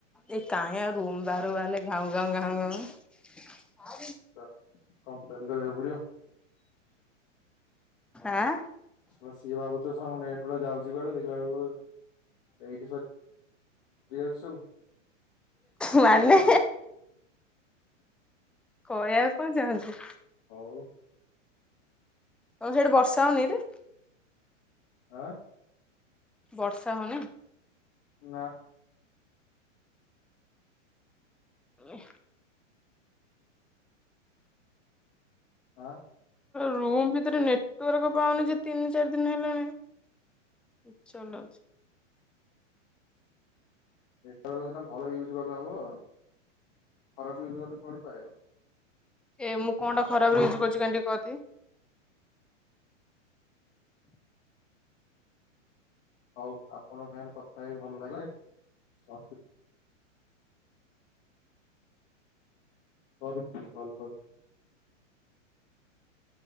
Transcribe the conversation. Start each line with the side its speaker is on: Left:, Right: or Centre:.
Centre: ଏ କାଇଁ ଆଉ ରୁମ୍ ବାହାରକୁ ବାହାରିଲେ ଘାଉଁ, ଘାଉଁ, ଘାଉଁ
Left: ଆଛା କମ୍ପ୍ଲେନ କରିବାକୁ ପଡିବ।
Centre: ଆଁ।
Left: ଶଳା ସିଏ ଭାବୁଥିବ ଶଳା ମୋ ନେଟ୍ ଗୁଡା ଯାଉଛି କୁଆଡେ, ଦେଖିଲା ବେଳକୁ ଏଇଠି <unintelligible>
Centre: ମାନେ? କହିବାକୁ କଣ ଚାହୁଁଛୁ?
Left: ହଉ
Centre: <unintelligible> ସେଇଠି ବର୍ଷା ହଉନିରେ?
Left: ଆଁ?
Centre: ବର୍ଷା ହଉନି?
Left: ନା।
Centre: ହ
Left: ଆଁ?
Centre: ରୁମ୍ ଭିତରେ ନେଟୱାର୍କ ପାଉନି ଯେ ତିନି ଚାରି ଦିନ ହେଲାଣି <unintelligible>
Left: ନେଟୱର୍କ ସିନା ଭଲ ୟୁଜ୍ କଲେ ହବ ଆଉ ଖରାପ ୟୁଜ୍ କଲେ ଖରାପ ୟୁଜ୍ କଲେ କୁଆଡୁ ପାଇବ?
Centre: ଏ ମୁ କଣ ଟା ଖରାପରେ ୟୁଜ କରୁଛି କାଇଁ ଟିକେ କହତି?
Left: ହଉ ଆପଣଙ୍କ ସାଙ୍ଗରେ କଥା ହେଇକି ଭଲ ଲାଗିଲା ରଖ କରୁଛି ଭଲ କରୁଛି।